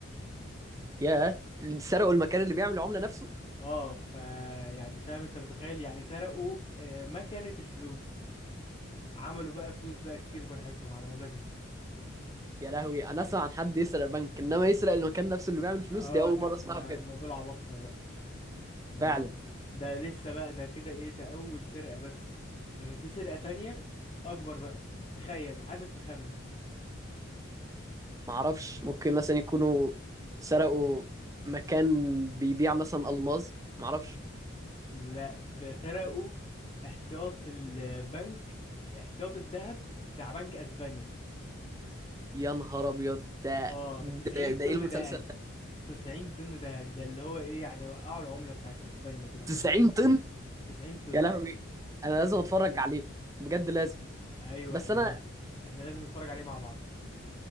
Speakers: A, on the right; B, on the left.
A: ياه اللي سرقوا المكان اللي بيعمل العمله نفسه
B: اه ف يعني فاهم انت متخيل يعني سرقوا آه، مكنه الفلوس عملوا بقى فلوس بقى كتير براحتهم على مزاجهم
A: يا لهوي انا اسمع عن حد يسرق بنك انما يسرق المكان نفسه اللي بيعمل فلوس
B: اه
A: دي اول
B: ده
A: مره اسمعها
B: ما
A: بجد
B: ما دول عباقرة بقى ما
A: فعلا
B: بص ده لسه بقى ده كده ايه ده اول سرقة بس لكن في سرقة تانية اكبر بقى تخيل عايزك تخمن
A: ما اعرفش ممكن مثلا يكونوا سرقوا مكان بيبيع مثلا الماظ ما اعرفش
B: لا ده سرقوا احتياط البنك احتياط الذهب بتاع بنك اسبانيا
A: يا نهار ابيض ده
B: اه
A: ده,
B: 90
A: ده
B: طن
A: ايه المسلسل
B: ذهب 90 طن ذهب ده اللي هو ايه يعني وقعوا العملة بتاعت اسبانيا كده خلاص
A: 90 طن
B: 90 طن
A: يا لهوي انا لازم اتفرج عليه بجد لازم
B: ايوه
A: بس
B: احنا
A: انا
B: احنا لازم نتفرج عليه مع بعض